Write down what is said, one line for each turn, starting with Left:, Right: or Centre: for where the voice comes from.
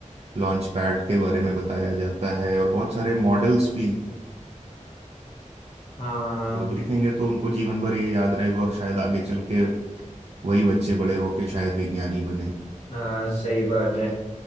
Right: लॉन्च पैड के बारे में बताया जाता है और बहुत सारे मॉडल्स भी हैं।
Left: हाँ
Right: वो जो देखेंगे तो उनको जीवन भर ये याद रहेगा और शायद आगे चल के वही बच्चे बड़े होके शायद विज्ञानी बने
Left: हाँ सही बात है